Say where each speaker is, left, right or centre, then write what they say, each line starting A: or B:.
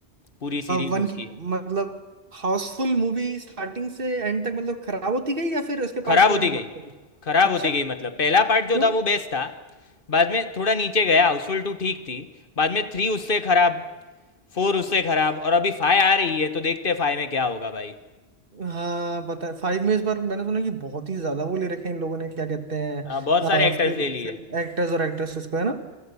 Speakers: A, on the left; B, on the right.
A: पूरी सीरीज
B: वन
A: उसकी
B: की मतलब हाउसफुल मूवी स्टार्टिंग से एंड तक मतलब खराब होती गई या फिर उसके
A: खराब
B: पार्ट्स के
A: होती
B: बारे में
A: गई
B: बात करो
A: खराब
B: अच्छा
A: होती गई मतलब पहला पार्ट
B: क्यों
A: जो था वो बेस्ट था बाद में थोड़ा नीचे गया हाउसफुल टू ठीक थी बाद में थ्री उससे खराब फोर उससे खराब और अभी फाइव आ रही है तो देखते हैं फाइव में क्या होगा भाई
B: हाँ बता फाइव में इस बार मैंने सुना कि बहुत ही ज्यादा वो ले रखे हैं इन लोगों ने क्या कहते हैं
A: हाँ बहुत सारे
B: आ,
A: एक्टर्स
B: फिल्म
A: ले लिए
B: फिल्म एक्टर्स और एक्ट्रेसेस को है ना